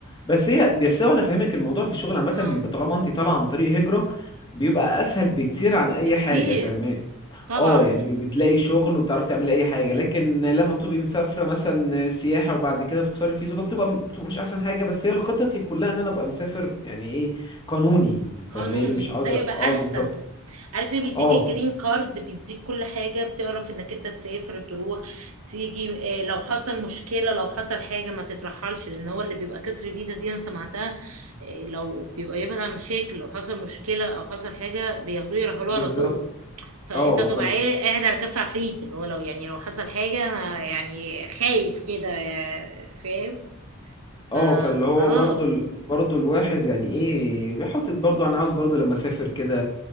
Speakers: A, on the left (about 20°); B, on the right (about 80°).
A: بس هي بس هو انا فاهمك الموضوع في الشغل عامه
B: اه
A: بيبقى طالما انت طالعه عن طريق هجره بيبقى اسهل بكتير عن اي
B: بكتير
A: حاجه فاهمه
B: طبعا
A: اه يعني بي- بتلاقي شغل وبتعرفي تعملي اي حاجه لكن لما بتبقي مسافره مثلا سياحه وبعد كده بتكسري فيزا بتبقى بتبقى مش احسن حاجه بس هي الخطط كلها ان انا ابقى مسافر يعني ايه قانوني
B: قانوني
A: فاهماني مش عاوز
B: ده يبقى
A: اه
B: احسن
A: بالظبط
B: عارف ليه بيديك
A: اه
B: الجرين كارد بيديك كل حاجة بتعرف انك انت تسافر تروح تيجي آه، لو حصل مشكلة لو حصل حاجة ما تترحلش لان هو اللي بيبقى كسر فيزا دي انا سمعتها آه، لو بيبقى يبعد عن مشاكل لو حصل مشكلة او حصل حاجة بياخدوه يرحلوه
A: بالظبط
B: على طول فانت
A: اه
B: بتبقى عاي- قاعد على كف عفريت اللي هو لو يعني لو حصل حاجة انا يعني خايف كده آه، فاهم
A: اه
B: فا
A: فاللي هو
B: اه
A: برضو ال... برضو الواحد يعني ايه بيحطط برضو انا عاوز برضو لما اسافر كده